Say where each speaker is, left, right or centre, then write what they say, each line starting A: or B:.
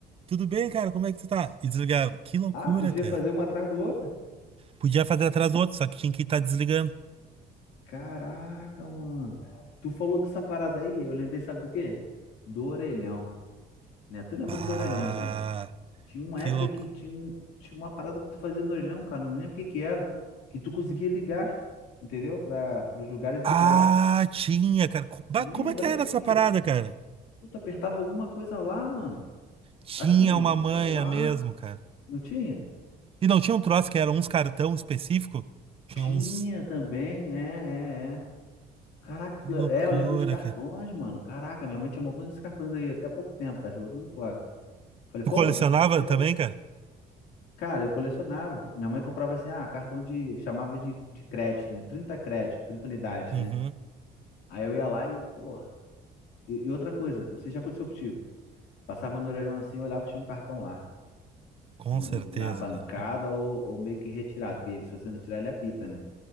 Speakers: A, on the right; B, on the left.
A: Tudo bem, cara? Como é que tu tá? E desligava. Que loucura,
B: Ah, podia
A: cara.
B: fazer um atrás do outro?
A: Podia fazer atrás do outro, só que tinha que estar desligando.
B: Caraca, mano. Tu falou dessa parada aí, eu lembrei, sabe do quê? Do orelhão, né? Tu lembra
A: Ah,
B: dos orelhões, né? Tinha uma
A: que
B: época
A: louco.
B: que tinha, um- tinha uma parada que tu fazia no orelhão, cara, não lembro o que que era, que tu conseguia ligar, entendeu? Para os lugares de
A: Ah,
B: graça.
A: tinha, cara. Co- bah,
B: Tu lembra?
A: Como é que
B: Era
A: era
B: O que
A: essa
B: é
A: parada,
B: isso?
A: cara?
B: Pô, tu apertava alguma coisa lá, mano.
A: Tinha
B: Assim,
A: uma manha
B: sei lá.
A: mesmo, cara.
B: Não tinha?
A: E não tinha um troço que era uns cartão específico? Tinha
B: Tinha
A: uns.
B: também, é, é, é. Caraca,
A: Que
B: aquilo-
A: Loucura,
B: é, eu lembro dos cartões,
A: cara.
B: mano. Caraca, minha mãe tinha um montão desses cartões aí, até há pouco tempo, tá? Jogou tudo fora. Falei,
A: Tu
B: pô,
A: colecionava
B: mas que tu não me deu?
A: também, cara?
B: Cara, eu colecionava. Minha mãe comprava assim, ah, cartão de, chamava de, de crédito, né? 30 créditos, trinta unidades,
A: Uhum.
B: né? Aí eu ia lá e, porra. E, e outra coisa, não sei se já aconteceu contigo. Passava no orelhão assim, eu olhava e tinha um cartão lá,
A: Com
B: no-
A: certeza,
B: na bancada
A: cara.
B: ou, ou meio que retirado, porque se você não tirar, ele apita, né?